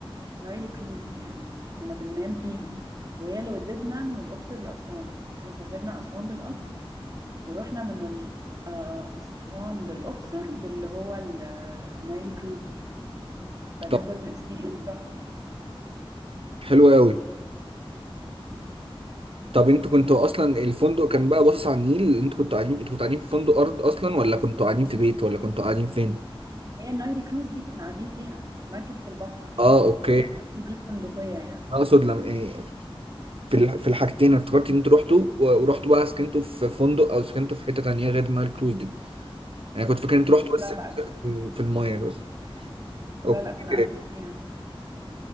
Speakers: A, on the right (about 40°); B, on the right (about 70°).
A: نايل كروز يعني كنا بننام فيها وهي اللي ودتنا من الأقصر لأسوان احنا سافرنا أسوان بالقطر ورحنا من ال- آه، أسوان للأقصر باللي هو ال- النايل كروز دي فكانت
B: طب
A: برضو اكسبيرينس تحفة
B: حلو قوي
A: مم.
B: طب انتوا كنتوا اصلا الفندق كان بقى باصص على النيل انتوا كنتوا قاعدين انتوا كنتوا قاعدين في فندق ارض اصلا ولا كنتوا قاعدين في بيت ولا كنتوا قاعدين فين
A: هي النايل كروز دي كنا قاعدين فيها في مركب في البحر
B: اه اوكي
A: وهي المركب دي فندقية يعني
B: انا اقصد لما ايه في ال- في الحاجتين انا افتكرت ان انتوا رحتوا و- ورحتوا بقى سكنتوا في فندق او سكنتوا في حته تانيه غير نايل كروز دي انا كنت فاكر ان انتوا
A: لا
B: رحتوا بس
A: لا
B: في المايه بس
A: لا
B: اوكي
A: لا كنا قاعدين فيها